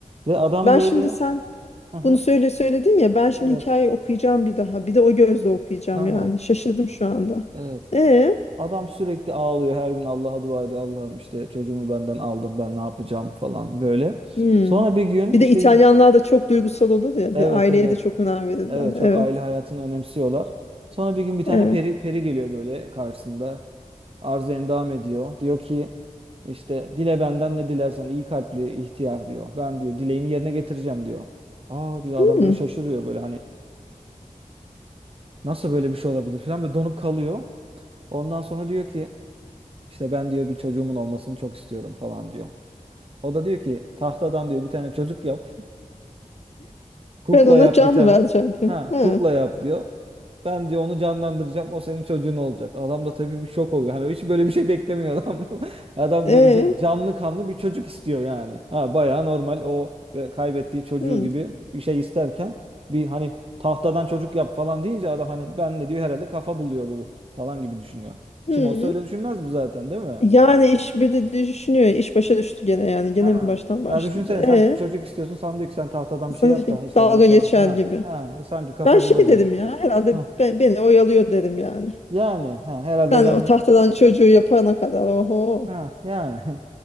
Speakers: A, on the right; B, on the left.
A: Ve adam
B: Ben
A: böyle
B: şimdi sen
A: Aha,
B: bunu söyle söyledin ya ben şimdi
A: evet.
B: hikayeyi okuyacağım bir daha. Bir de o gözle okuyacağım
A: Tamam.
B: yani. Şaşırdım şu anda.
A: Evet.
B: E
A: Adam sürekli ağlıyor her gün Allah'a dua ediyor. Allah'ım işte çocuğumu benden aldın ben ne yapacağım falan böyle.
B: Hmm.
A: Sonra bir gün
B: Bir
A: işte
B: de İtalyanlar da çok duygusal olur ya.
A: evet
B: Bir aileye
A: evet
B: de çok önem verirler.
A: evet çok
B: Evet.
A: aile hayatını önemsiyorlar. Sonra bir gün bir tane
B: Evet.
A: peri peri geliyor böyle karşısında. Arz endam ediyor. Diyor ki işte dile benden ne dilersen iyi kalpli ihtiyar diyor. Ben diyor dileğini yerine getireceğim diyor. Aa diyor
B: Hmm.
A: adam böyle şaşırıyor böyle hani nasıl böyle bir şey olabilir falan böyle donup kalıyor. Ondan sonra diyor ki İşte ben diyor bir çocuğumun olmasını çok istiyorum falan diyor. O da diyor ki tahtadan diyor bir tane çocuk yap. Kukla
B: Ben ona
A: yap
B: can
A: bir tane.
B: vereceğim diyor.
A: Ha
B: Ha.
A: kukla yap diyor. Ben diyor onu canlandıracağım. O senin çocuğun olacak. Adam da tabii bir şok oluyor. Hani hiç böyle bir şey beklemiyor adam. <laughs> Adam
B: E.
A: böyle ca- canlı kanlı bir çocuk istiyor yani. Ha bayağı normal o ve kaybettiği çocuğu
B: Hmm.
A: gibi bir şey isterken bir hani tahtadan çocuk yap falan deyince adam hani ben de diyor herhalde kafa buluyor bu falan gibi düşünüyor.
B: Hmm.
A: Kim olsa öyle düşünmez mi zaten değil mi?
B: Yani iş bir de düşünüyor. İş başa düştü gene yani. Gene
A: Ha.
B: mi baştan başlayacak?
A: Ya düşünsene sen
B: E.
A: çocuk istiyorsun sana diyor ki sen tahtadan
B: Sanki
A: bir şey yap da işte
B: dalga
A: ben sana
B: geçer
A: ha
B: gibi.
A: ha sanki kafa
B: Ben şey
A: bulur
B: dedim
A: gibi.
B: ya. Herhalde
A: Ha.
B: be- beni oyalıyor dedim yani.
A: Yani ha herhalde
B: Sen
A: ben
B: o
A: de
B: tahtadan çocuğu yapana kadar. Oho.
A: ha yani. <laughs>